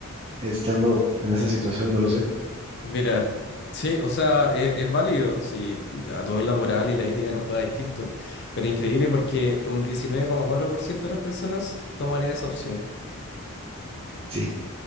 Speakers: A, on the right; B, on the left.
A: estando en esa situación, no lo sé.
B: Mira, sí, o sea, e- es, válido si a todos la moral y la ética nos juega distinto, pero increíble porque un diecinueve coma cuatro por ciento de las personas tomarían esa opción.
A: Sí,